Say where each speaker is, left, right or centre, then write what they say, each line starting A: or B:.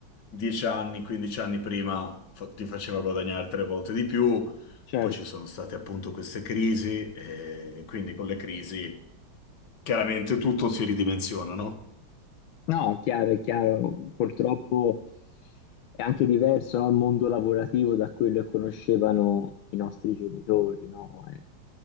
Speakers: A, on the left (about 60°); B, on the left (about 80°).
A: 10 anni, 15 anni prima, fa- ti faceva guadagnare tre volte di più,
B: Certo,
A: poi ci sono state appunto queste crisi, e quindi con le crisi chiaramente tutto si ridimensiona, no?
B: no, è chiaro, è chiaro, purtroppo è anche diverso, no, il mondo lavorativo da quello che conoscevano i nostri genitori, no? È,